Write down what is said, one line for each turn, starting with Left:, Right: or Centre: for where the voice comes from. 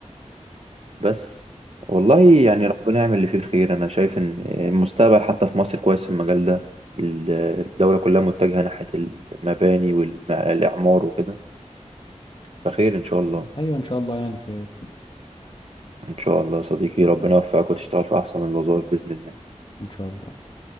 Right: بس والله يعني ربنا يعمل اللي فيه الخير انا شايف ان المستقبل حتى في مصر كويس في المجال ده ال- الدولة كلها متجهة ناحية المباني والإعمار وكده فخير إن شاء الله
Left: ايوه ان شاء الله يعني خير
Right: إن شاء الله يا صديقي ربنا يوفقك وتشتغل في أحسن الوظائف بإذن الله
Left: ان شاء الله